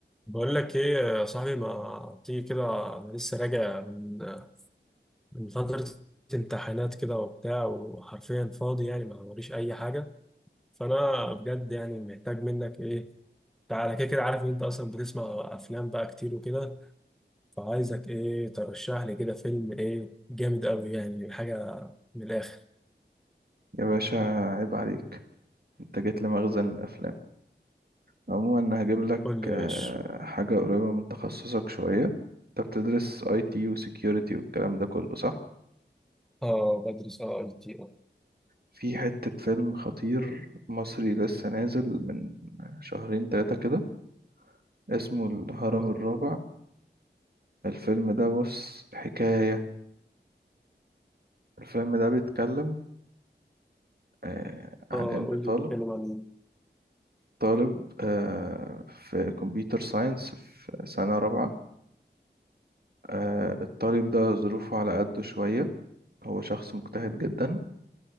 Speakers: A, in the centre; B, on the right.
A: بقول لك ايه يا صاحبي ما تيجي كده انا لسه راجع من من فترة امتحانات كده وبتاع وحرفيا فاضي يعني ما وريش اي حاجة فانا بجد يعني محتاج منك ايه تعالى كده كده عارف ان انت اصلا بتسمع افلام بقى كتير وكده فعايزك ايه ترشح لي كده فيلم ايه جامد قوي يعني حاجة من الاخر
B: يا باشا عيب عليك انت جيت لمخزن الافلام عموما هجيب لك
A: قول لي
B: آه،
A: يا باشا
B: حاجه قريبه من تخصصك شويه انت بتدرس اي تي وسكيورتي والكلام ده كله صح
A: اه بدرس اه اي تي اه
B: في حته فيلم خطير مصري لسه نازل من شهرين ثلاثه كده اسمه الهرم
A: اه
B: الرابع الفيلم ده بص حكايه الفيلم ده بيتكلم آه، عن
A: اه
B: ان
A: قول لي
B: طالب
A: بيتكلم عن
B: طالب آه، في كمبيوتر ساينس في سنه رابعه آه، الطالب ده ظروفه على قده شوية هو شخص مجتهد جدا